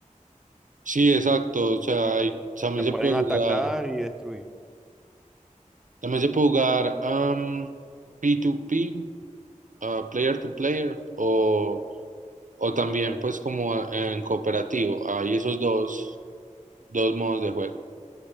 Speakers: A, on the right (about 70°); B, in the centre.
A: Sí, exacto. O sea, y también
B: Se pueden
A: se puede jugar.
B: atacar y destruir.
A: Também se pode jogar ahm, P2P, ah, player to player, o, o también pues como en cooperativo. Hay esos dos, dos modos de juego.